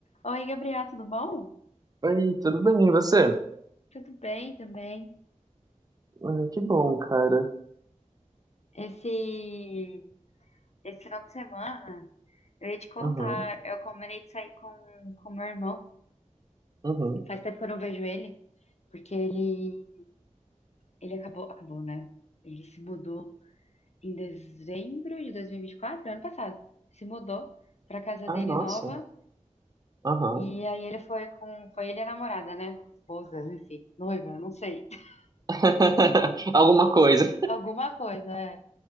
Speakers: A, on the left; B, on the right.
A: Oi, Gabriel, tudo bom?
B: Oi, tudo bem, e você?
A: Tudo bem também.
B: Ai, que bom, cara.
A: Esse, esse final de semana, eu ia te contar,
B: Uhum,
A: eu combinei de sair com, com meu irmão.
B: uhum.
A: Faz tempo que eu não vejo ele, porque ele, ele acabou, acabou, né? Ele se mudou em dezembro de 2024, ano passado. Se mudou pra casa
B: Ah,
A: dele
B: nossa.
A: nova,
B: Aham.
A: e aí ele foi com, foi ele e a namorada, né? Esposa, enfim, noiva, não sei. <laughs>
B: <laughs> Alguma coisa.
A: Alguma coisa, é.